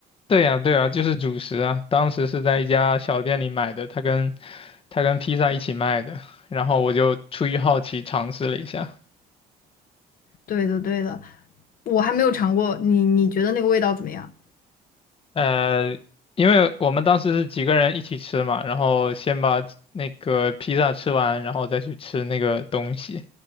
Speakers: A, on the left; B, on the left.
A: 对呀，对呀，就是主食啊。当时是在一家小店里买的，它跟它跟披萨一起卖的。然后我就出于好奇尝试了一下，
B: 对的对的，我还没有尝过，你你觉得那个味道怎么样？
A: 呃，因为我们当时是几个人一起吃嘛，然后先把那个披萨吃完，然后再去吃那个东西，